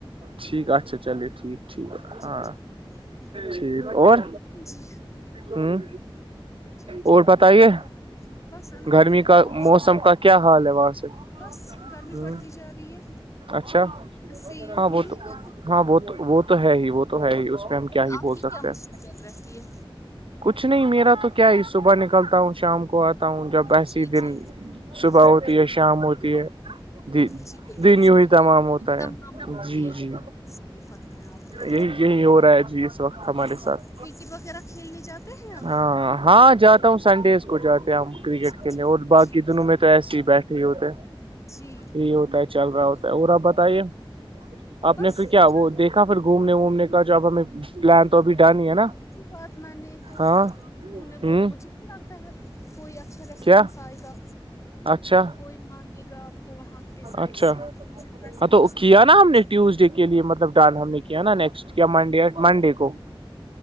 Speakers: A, on the right; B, on the left.
A: ٹھیک اچھا چلیے ٹھیک ٹھیک ہاں
B: جی جی بالکل
A: ٹھیک اور
B: جی
A: ھمم
B: جی جی
A: اور
B: بالکل
A: بتائیے
B: بس الحمد
A: گرمی
B: للہ
A: کا
B: آپ
A: موسم
B: سنائیے
A: کا کیا حال ہے وہاں سے
B: بس گرمی
A: ہ
B: بڑھتی جا رہی ہے
A: اچھا
B: ایسے ہی ہے
A: ہاں
B: ہوں
A: وہ تو
B: بالکل
A: ہاں وہ تو وہ تو ہے ہی وہ تو ہے ہی اس میں ہم کیا ہی
B: آپ
A: بول
B: کی
A: سکتے
B: کیا مصفیت
A: ہیں
B: رتی یہ
A: کچھ نہیں میرا تو کیا ہی صبح نکلتا ہوں شام کو آ تا ہوں جب ایسے
B: جی
A: ہی
B: جی
A: دن
B: ہوں
A: صبح
B: ہوں
A: ہوتی ہے شام ہوتی ہے د
B: جی بالکل
A: دن
B: زندگی
A: یی تمام ہوتا
B: بھی تمام
A: ہے
B: ہوتی
A: جی
B: ہے
A: جی
B: بالکل صحیح فرمایا آپ نے
A: یہی یہی ہو رہا ہے جی اس وقت ہمارے
B: ہاں
A: ساتھ
B: کرکٹ وغیرہ کھیلنے جاتے ہیں آپ
A: ہاں ہاں ہاں جاتا ہوں سنڈیز کو جاتے ہیں ہم کرکٹ
B: اچھا اچھا
A: کے لیے اور باقی
B: جی جی
A: دونوں میں تو ایس ہی بیٹھ یہ ہوتا
B: جی
A: یہی ہوتا ہے چل رہا ہوتا
B: بالکل
A: ہے اور آپ بتائیے آپ
B: بس
A: نے پھر کیا
B: چل
A: وہ
B: رہا
A: دیکھا پھر گھومنے وومنے کا جو اب ہمیں پلان تو ابھی ڈن ہی ہے نا
B: ی بات میں نے تو
A: ہاں
B: بولا
A: ہوں
B: مجھے نہیں لگتا ہے کوئی اچھا رسپانس
A: کیا
B: آئے گا
A: اچھا
B: کوئی مانے گا آپ کو وہاں کے سائڈ
A: اچھا
B: سے
A: ہاں
B: مجھے تو ایسا کچھ نہیں
A: کیا
B: لگ
A: نا
B: رہا
A: ہم نے
B: جی
A: ٹیوزڈے کے لیے مطلب ڈان ہم نے کیا نا نیکسٹ یا منڈے منڈے کو